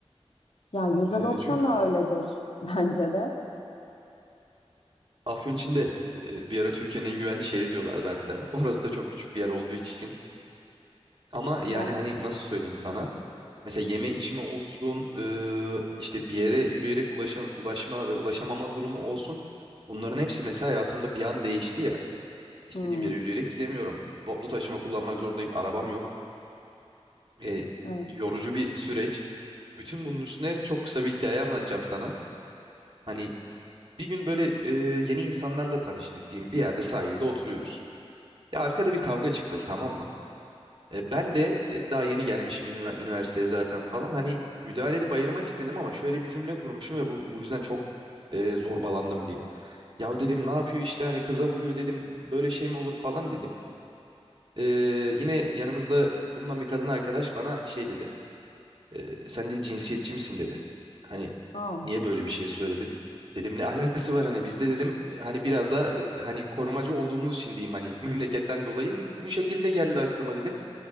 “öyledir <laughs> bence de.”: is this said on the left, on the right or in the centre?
Left